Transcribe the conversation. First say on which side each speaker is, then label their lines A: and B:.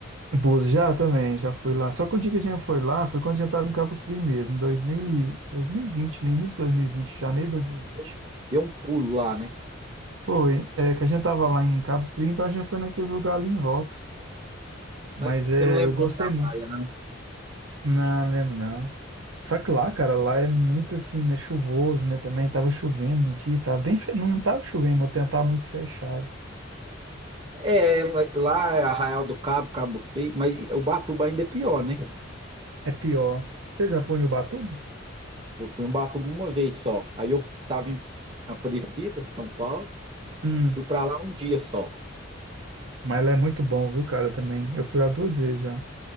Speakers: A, on the right (about 75°); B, on the right (about 25°).
A: Búzios já também, já fui lá. Só que o dia que a gente foi lá foi quando a gente tava em Cabo Frio mesmo, em 2000 e... dois mil e vinte no início de dois mil e vinte janeiro de dois mil e vinte
B: Eu- Deu um pulo lá, né?
A: Foi, é que a gente tava lá em Cabo Frio, então a gente foi naqueles lugares ali em volta.
B: Mas
A: Mas
B: você
A: é,
B: não lembra
A: eu gostei
B: o nome da
A: muito.
B: praia, não?
A: Não, não lembro não. Só que lá, cara, lá é muito assim, né? Chuvoso, né? Também tava chovendo no dia, tava bem. fe- Não tava chovendo, mas o tempo tava muito fechado.
B: É, mas lá é Arraial do Cabo, Cabo Frio, mas Ubatuba ainda é pior, né?
A: É pior. Você já foi em Ubatuba?
B: Eu fui em Ubatuba uma vez só. Aí eu estava em Aparecida, São Paulo,
A: Hum,
B: e fui para lá um dia só.
A: mas lá é muito bom, viu, cara, também. Eu fui lá duas vezes já.